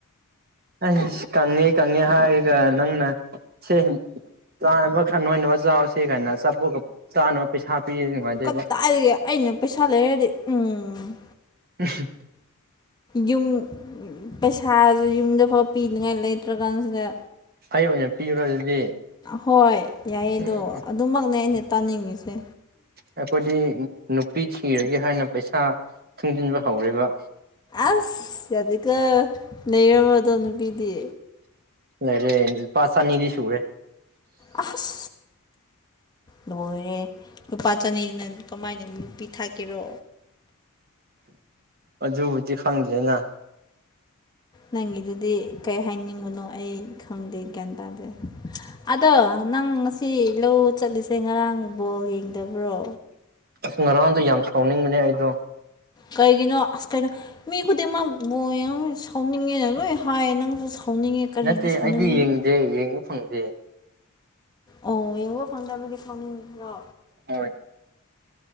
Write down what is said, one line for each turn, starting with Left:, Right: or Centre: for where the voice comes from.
Right: ꯑꯩꯁ ꯀꯪꯉꯦ ꯀꯪꯉꯦ ꯍꯥꯏꯔꯒ ꯅꯪꯅ ꯁꯦ ꯆꯥꯅꯕ ꯈꯔ ꯅꯣꯏꯅꯕ ꯆꯥꯑꯣꯁꯦ ꯀꯥꯏꯅ ꯑꯆꯄꯣꯠꯀꯥ ꯆꯥꯅꯕ ꯄꯩꯁꯥ ꯄꯤꯔꯗꯤ ꯅꯨꯡꯉꯥꯏꯗꯣꯏꯕ
Left: ꯀꯗꯥꯏꯗꯒꯤ ꯑꯩꯅ ꯄꯩꯁꯥ ꯂꯩꯔꯒꯥꯗꯤ ꯎꯝ
Right: ꯎꯍꯨꯝ
Left: ꯌꯨꯝ ꯄꯩꯁꯥꯖꯨ ꯌꯨꯝꯗꯐꯥꯎ ꯄꯤꯅꯤꯡꯉꯥꯏ ꯂꯩꯇ꯭ꯔꯀꯥꯟꯁꯤꯗ
Right: ꯑꯩ ꯑꯣꯏꯅ ꯄꯤꯕ꯭ꯔꯥ ꯑꯗꯨꯗꯤ
Left: ꯍꯣꯏ ꯌꯥꯏꯌꯦ
Right: ꯎꯝ
Left: ꯗꯣ ꯑꯗꯨꯃꯛꯅꯦ ꯑꯩꯅ ꯇꯥꯅꯤꯡꯉꯤꯁꯦ
Right: ꯑꯩꯈꯣꯏꯗꯤ ꯅꯨꯄꯤ ꯊꯤꯔꯒꯦ ꯍꯥꯏꯅ ꯄꯩꯁꯥ ꯇꯨꯡꯖꯤꯟꯕ ꯍꯧꯔꯦꯕ
Left: ꯑꯁ ꯌꯥꯗꯦꯀꯣ ꯂꯩꯔꯝꯃꯥꯇ꯭ꯔꯣ ꯅꯨꯄꯤꯗꯤ
Right: ꯂꯩꯔꯦ ꯂꯨꯄꯥ ꯆꯅꯤꯗꯤ ꯁꯨꯔꯦ
Left: ꯑꯁ ꯂꯣꯏꯔꯦ ꯂꯨꯄꯥ ꯆꯅꯤꯅ ꯀꯃꯥꯢꯅ ꯅꯨꯄꯤ ꯊꯥꯛꯀꯦꯔꯣ
Right: ꯑꯗꯨꯕꯨꯗꯤ ꯈꯪꯗ꯭ꯔꯦꯅ
Left: ꯅꯪꯒꯤꯗꯨꯗꯤ ꯀꯩ ꯍꯥꯏꯅꯤꯡꯕꯅꯣ ꯑꯩ ꯈꯪꯗꯦ ꯒ꯭ꯌꯥꯟ ꯇꯥꯗ꯭ꯔꯦ ꯑꯗꯣ ꯅꯪ ꯉꯁꯤ ꯂꯧ ꯆꯠꯂꯤꯁꯦ ꯉꯔꯥꯡ ꯕꯣꯜ ꯌꯦꯡꯗꯕ꯭ꯔꯣ
Right: ꯑꯁ ꯉꯔꯥꯡꯗꯣ ꯌꯥꯝ ꯁꯥꯎꯅꯤꯡꯕꯅꯦ ꯑꯩꯗꯣ
Left: ꯀꯩꯒꯤꯅꯣ ꯑꯁ ꯀꯩꯅꯣ ꯃꯤ ꯈꯨꯗꯤꯡꯃꯛ ꯕꯣꯜ ꯌꯦꯡꯉ ꯁꯥꯎꯅꯤꯡꯉꯦꯅ ꯂꯣꯢ ꯍꯥꯢ ꯅꯪꯁꯨ ꯁꯥꯎꯅꯤꯡꯉꯦ ꯀꯔꯤꯒꯤ
Right: ꯅꯠꯇꯦ
Left: ꯁꯥꯎꯅꯤꯡꯕꯅꯣ
Right: ꯑꯩꯗꯤ ꯌꯦꯡꯗꯦ ꯌꯦꯡꯕ ꯐꯪꯗꯦ
Left: ꯑꯣ ꯌꯦꯡꯕ ꯐꯪꯗꯕꯒꯤ ꯁꯥꯎꯅꯤꯡꯉꯤꯔꯣ
Right: ꯍꯣꯢ